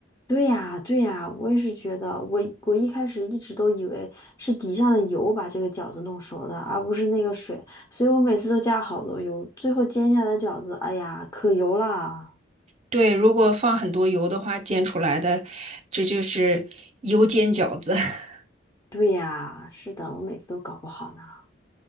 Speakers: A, on the left; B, on the right.
A: 对呀，对呀，我也是觉得，我我一开始一直都以为是底下的油把这个饺子弄熟的，而不是那个水，所以我每次都加好多油，最后煎下来的饺子，哎呀，可油啦！
B: 对，如果放很多油的话，煎出来的这就是油煎饺子。<laughs>
A: 对呀，是的，我每次都搞不好呢。